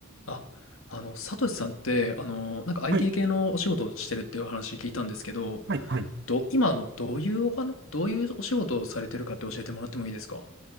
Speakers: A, on the left; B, on the right.
A: あ、あの、サトシさんって、あの、なんか IT
B: はい、
A: 系のお仕事をしてるっていうお話聞いたんですけど、
B: はい、はい。
A: ど、今、あの、どういうお話、どういうお仕事をされてるかって教えてもらってもいいですか